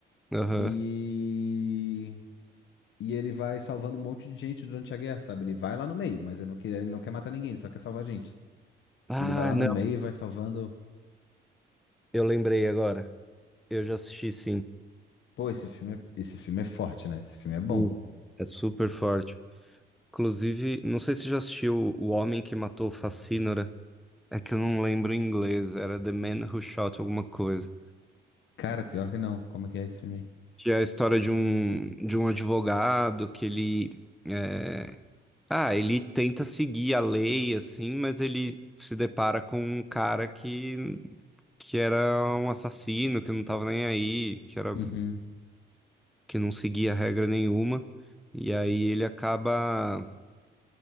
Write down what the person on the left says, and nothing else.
e e ele vai salvando um monte de gente durante a guerra, sabe? Ele vai lá no meio, mas ele não quer, ele não quer matar ninguém, ele só quer salvar gente.
Ele vai lá
no meio e vai salvando.
Pô, esse filme é, esse filme é forte, né? Esse filme é bom.
Cara, pior que não. Como é que é esse filme? aí?
Uhum.